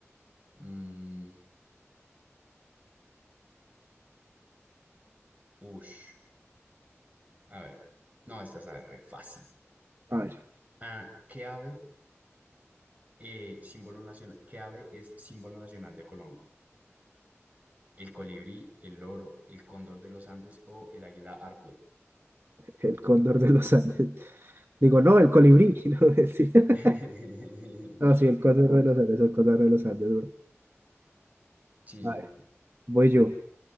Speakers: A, on the right (about 30°); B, on the right (about 55°).
A: mm, ush. A ver. No, esta es a ver, re fácil.
B: A ver,
A: Ah, ¿qué ave, eh, símbolo nacional, qué ave es símbolo nacional de Colombia? ¿El colibrí, el loro, el cóndor de los Andes o el águila arpia?
B: el cóndor de los Andes. Digo, no, el colibrí.
A: <laughs>
B: <laughs>
A: <laughs>
B: No, sí, no, sí, el cóndor de los Andes, el cóndor de los Andes, bro.
A: Sí,
B: A
A: bien,
B: ver,
A: bien.
B: voy yo.